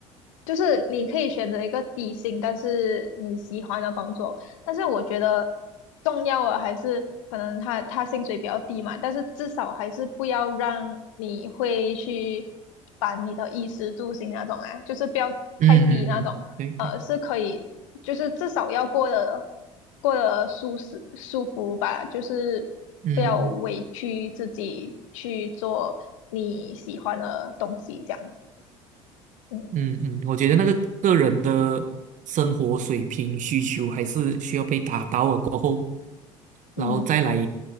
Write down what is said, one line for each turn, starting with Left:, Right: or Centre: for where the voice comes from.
Left: 就是你可以选择一个低薪，但是你喜欢的工作。但是我觉得重要的还是可能他他薪水比较低嘛，但是至少还是不要让你会去烦你的衣食住行那种啊，就是不要太低那种，
Right: 嗯嗯嗯，对对，
Left: 呃，是可以，就是至少要过得过得舒适舒服吧，就是不要委屈自己去做你喜欢的东西，
Right: 嗯。
Left: 这样。嗯
Right: 嗯嗯，我觉得那个个人的生活水平需求还是需要被达到了过后，然后再来
Left: 嗯